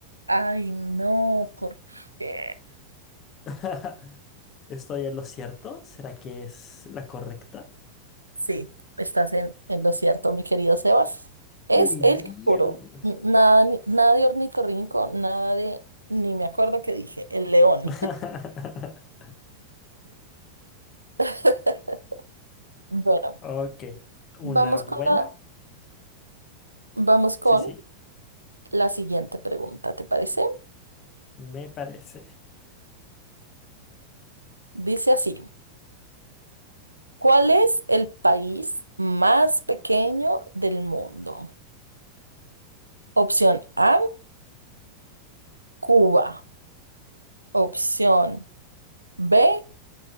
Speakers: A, on the right; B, on the left.
A: Ay, no, ¿por qué?
B: <laughs> ¿Estoy en lo cierto? ¿Será que es la correcta?
A: Sí, estás en, en lo cierto, mi querido Sebas. Es
B: Uy, bien.
A: el canguro. N- Nada, ni- nada de ornitorrinco, nada de, ni me acuerdo qué dije, el león.
B: <laughs>
A: <laughs> Bueno,
B: Ok, una
A: vamos
B: buena.
A: con la, vamos con
B: Sí, sí,
A: la siguiente pregunta, ¿te parece?
B: me parece.
A: Dice así, ¿cuál es el país más pequeño del mundo? Opción A, Cuba. Opción B,